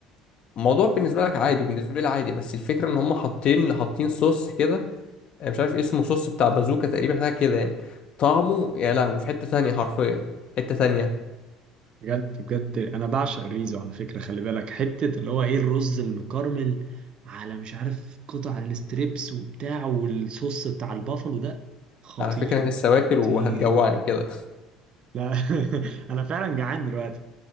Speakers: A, on the left; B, on the right.
A: الموضوع بالنسبه لك عادي وبالنسبه لي عادي بس الفكره ان هم حاطين حاطين صوص كده أنا مش عارف إيه اسمه صوص بتاع بازوكا تقريبا حاجه كده يعني طعمه يا لهوي في حته تانية حرفيا حته تانية
B: بجد بجد انا بعشق الريزو على فكره خلي بالك حته اللي هو ايه الرز المكرمل على مش عارف قطع الاستريبس وبتاع والصوص بتاع البافلو ده خطير
A: على فكره انا لسه واكل
B: خطير
A: وهتجوعني كده
B: لا <laughs> انا فعلا جعان دلوقتي